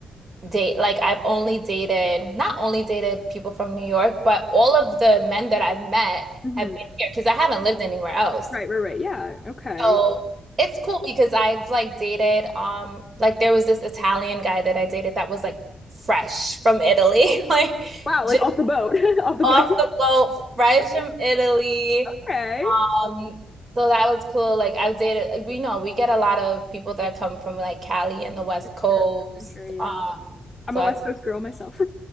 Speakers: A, on the right (about 35°); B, on the left (about 20°).
A: date like I've only dated not only dated people from New York, but all of the men that I've met
B: Mm-hmm.
A: have been here because I haven't lived anywhere else.
B: Right, right, right. Yeah. Okay.
A: So it's cool because I've like dated um like there was this Italian guy that I dated that was like fresh from Italy, <laughs> like
B: Wow,
A: just
B: like off the boat, <laughs> off the
A: off
B: plane.
A: the boat, fresh from Italy.
B: Okay.
A: Um So that was cool. Like I've dated, you know, we get a lot of people that come from like Cali and the West
B: For
A: Coast.
B: sure, for sure, yeah.
A: Um,
B: I'm
A: so
B: a
A: I've
B: West Coast girl myself.